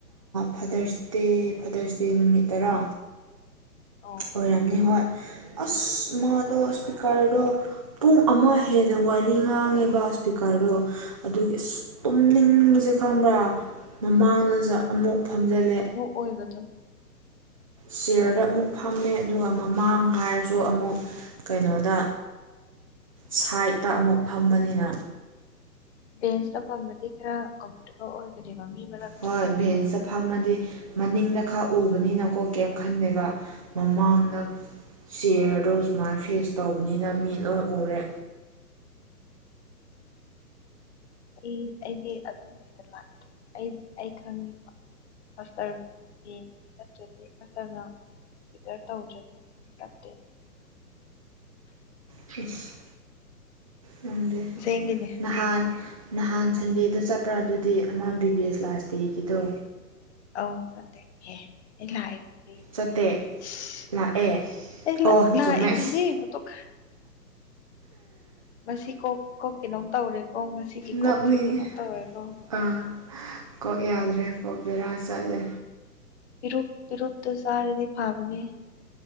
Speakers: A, on the right (about 25°); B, on the left (about 45°).
A: ꯐꯥꯗꯔꯁꯗꯦ ꯐꯥꯗꯔꯁꯗꯦ ꯅꯨꯃꯤꯠ ꯇꯔꯥ
B: ꯑꯣ
A: ꯑꯣꯏꯔꯝꯅꯤ ꯍꯣꯏ ꯑꯁ ꯃꯥꯗꯣ ꯏꯁꯄꯤꯀꯔꯗꯣ ꯄꯨꯡ ꯑꯃ ꯍꯦꯟꯅ ꯋꯥꯔꯤ ꯉꯥꯡꯉꯦꯕ ꯏꯁꯄꯤꯀꯔꯗꯣ ꯑꯗꯨꯒꯤ ꯑꯁ ꯇꯨꯝ ꯅꯤꯡꯕꯁꯦ ꯈꯪꯕ꯭ꯔꯥ ꯃꯃꯥꯡꯗꯁꯨ ꯑꯃꯨꯛ ꯐꯝꯖꯤꯜꯂꯦ
B: ꯑꯣꯏꯒꯗ
A: ꯆꯤꯌꯔꯗ ꯑꯃꯨꯛ ꯐꯝꯃꯦ ꯑꯗꯨꯒ ꯃꯃꯥꯡ ꯍꯥꯏꯔꯁꯨ ꯑꯃꯨꯛ ꯀꯩꯅꯣꯗ ꯁꯥꯏꯠꯇ ꯑꯃꯨꯛ ꯐꯝꯕꯅꯤꯅ
B: ꯕꯦꯟꯁꯇ ꯄꯥꯝꯕꯗꯤ ꯈꯔ ꯀꯝꯐꯣꯔꯇꯦꯕꯜ ꯑꯣꯏꯒꯅꯦꯕ ꯃꯤ ꯃꯔꯛ
A: ꯍꯣꯏ ꯚꯦꯟꯁꯇ ꯐꯝꯃꯗꯤ ꯃꯅꯤꯡꯗ ꯈꯔ ꯎꯕꯅꯤꯅꯀꯣ ꯀꯦꯞ ꯈꯟꯗꯒ ꯃꯃꯥꯡꯗ ꯆꯦꯌꯔꯗꯣ ꯁꯨꯃꯥꯏꯅ ꯐꯦꯁ ꯇꯧꯕꯅꯤꯅ ꯃꯤ ꯂꯣꯏ ꯎꯔꯦ
B: ꯑꯩ ꯑꯩꯗꯤ ꯑꯗꯨ ꯅꯨꯃꯤꯠꯇ ꯂꯥꯛꯇꯦ ꯑꯩꯗꯤ ꯑꯩ ꯈꯪꯉꯦꯕ ꯀꯁꯇꯔꯒꯤ ꯅꯨꯃꯤꯠ ꯅꯠꯇ꯭ꯔꯗꯤ ꯀꯁꯇꯔꯅ ꯐꯤꯇꯔ ꯇꯧꯗ꯭ꯔꯗꯤ ꯑꯩ ꯆꯠꯇꯦ
A: ꯐꯁ ꯅꯪꯗꯦ
B: ꯁ ꯍꯡꯗꯦ <inaudible>
A: ꯅꯍꯥꯟ ꯅꯍꯥꯟ ꯁꯟꯗꯦꯗ ꯆꯠꯄ꯭ꯔꯥ ꯑꯗꯨꯗꯤ ꯑꯃ ꯕꯤ ꯕꯤ ꯑꯦꯁ ꯂꯥꯁ ꯗꯦꯒꯤꯗꯣ
B: ꯑꯧ ꯐꯗꯦꯍꯦ ꯑꯩ ꯂꯥꯛꯑꯦ ꯑꯗꯨꯗꯤ
A: ꯆꯠꯇꯦ
B: ꯏꯁ
A: ꯂꯥꯛꯑꯦ
B: ꯑꯩ
A: ꯑꯣ
B: ꯂꯛꯢꯗꯨꯗꯤ
A: ꯆꯨꯝꯃꯦ
B: ꯊꯕꯛ ꯃꯁꯤ ꯀꯣꯛ ꯀꯣꯛ ꯀꯩꯅꯣꯝ ꯇꯧꯔꯦꯀꯣ ꯃꯁꯤꯒꯤ
A: ꯅꯣꯛꯅꯤꯡꯉꯤ
B: ꯀꯣꯛꯁꯦ ꯀꯩꯅꯣꯝ ꯇꯧꯔꯦꯀꯣ
A: ꯑꯥ ꯀꯣꯛ ꯌꯥꯗ꯭ꯔꯦ ꯀꯣꯛ ꯕꯦꯔꯥ ꯆꯠꯂꯦ
B: ꯄꯤꯔꯨꯛ ꯄꯦꯔꯇꯨ ꯆꯥꯔꯗꯤ ꯐꯥꯕꯅꯦ